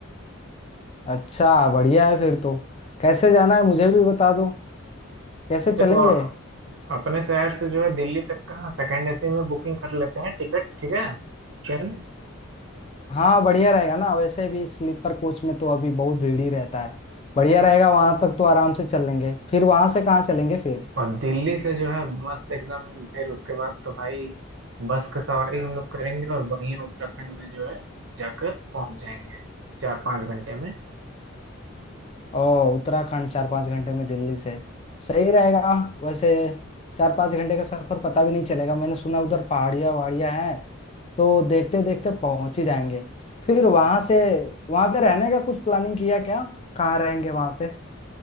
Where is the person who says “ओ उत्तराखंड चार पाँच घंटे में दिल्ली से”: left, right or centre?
Left